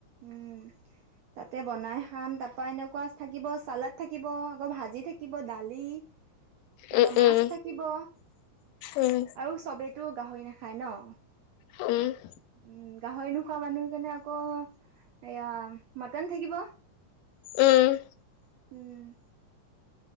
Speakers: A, on the right; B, on the left.
A: উম। তাতে বনাই খাম৷তাৰ পৰা এনেকুৱা থাকিব চালাড থাকিব, আকৌ ভাজি থাকিব, দালি ই তাৰপা
B: উম
A: মাছ
B: উম
A: থাকিব,
B: উম
A: আৰু চবেতো গাহৰি নাখায় ন?
B: উম৷
A: উম, গাহৰি নোখোৱা মানুহৰ কাৰণে আকৌ এয়া মটন থাকিব৷
B: উম৷
A: উম৷